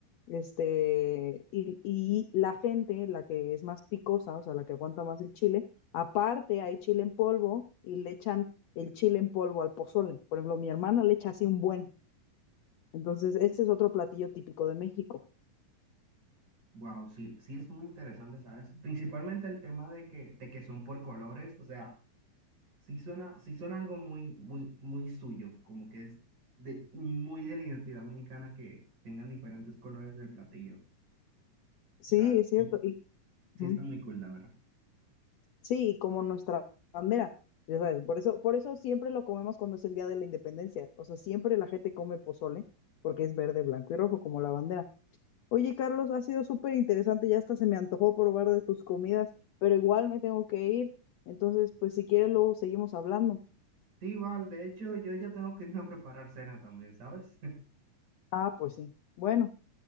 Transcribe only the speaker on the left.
este, y, y la gente, la que es más picosa, o sea, la que aguanta más el chile, aparte hay chile en polvo y le echan el chile en polvo al pozole. Por ejemplo, mi hermana le echa así un buen. Entonces, ese es otro platillo típico de México.
Sí,
es cierto.
Y,
ujú.
Sí, como nuestra bandera, ya sabes, por eso, por eso siempre lo comemos cuando es el Día de la Independencia, o sea, siempre la gente come pozole, porque es verde, blanco y rojo, como la bandera. Oye, Carlos, ha sido súper interesante, ya hasta se me antojó probar de tus comidas, pero igual me tengo que ir, entonces, pues si quieres luego seguimos hablando.
Ah, pues sí, bueno,